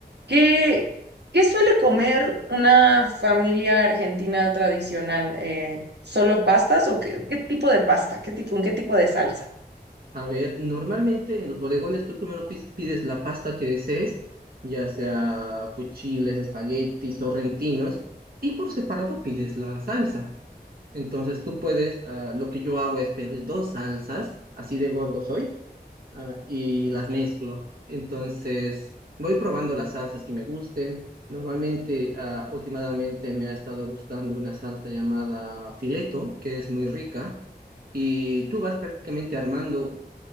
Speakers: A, on the right; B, on the right.
A: ¿qué, qué suele comer una familia argentina tradicional? Eh, ¿Solo pastas o qué, qué tipo de pasta? ¿Qué tipo, con qué tipo de salsa?
B: A ver, normalmente en los bodegones tú primero pis- pides la pasta que desees, ya sea fuchiles, espaguetis, sorrentinos, y por separado pides la salsa. Entonces tú puedes, ah, lo que yo hago es pedir dos salsas, así de gordo soy, ah, y las mezclo. Entonces voy probando las salsas que me gusten. Normalmente, ah, últimamente me ha estado gustando una salsa llamada fileto, que es muy rica y tú vas prácticamente armando